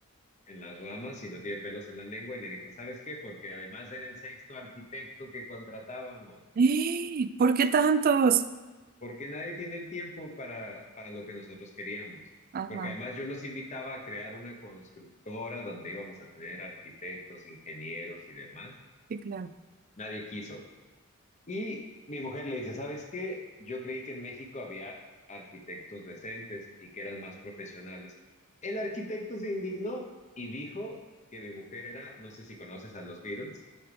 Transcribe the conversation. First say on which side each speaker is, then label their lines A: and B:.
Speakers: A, on the left; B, on the right.
A: en las ramas y no tiene pelos en la lengua y le dijo, ¿sabes qué? Porque además era el sexto arquitecto que contratábamos,
B: <gasps> ¡Eh! ¿Por qué tantos?
A: porque nadie tiene el tiempo para, para lo que nosotros queríamos.
B: Ajá,
A: Porque además yo los invitaba a crear una constructora donde íbamos a tener arquitectos, ingenieros y demás.
B: sí, claro.
A: Nadie quiso. Y mi mujer le dice, ¿sabes qué? Yo creí que en México había arquitectos decentes y que eran más profesionales. El arquitecto se indignó y dijo que mi mujer era, no sé si conoces a los Beatles,